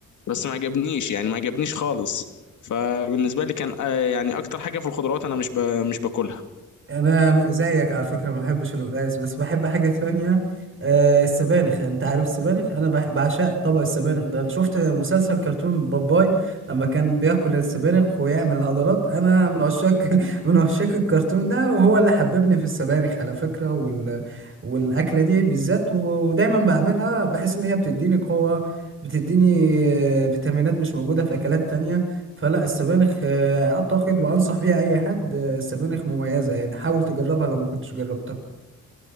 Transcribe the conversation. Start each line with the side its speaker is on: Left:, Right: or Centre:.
Left: بس ما عجبنيش يعني ما عجبنيش خالص فبالنسبة لي كان آه، يعني أكتر حاجة في الخضروات أنا مش ب... مش باكلها
Right: انا زيك على فكره ما بحبش القلقاس بس بحب حاجه تانية آه السبانخ انت عارف السبانخ انا بح- بعشق طبق السبانخ ده أنت شفت مسلسل كرتون باباي لما كان بياكل السبانخ ويعمل عضلات انا من عشاق <laughs> من عشاق الكرتون ده وهو اللي حببني في السبانخ على فكره وال... والاكله دي بالذات ودايما بعملها بحس ان هي بتديني قوه بتديني آه، فيتامينات مش موجودة في أكلات تانية فلا السبانخ آه، أعتقد وأنصح بيها أي حد السبانخ مميزة يعني حاول تجربها لو ما كنتش جربتها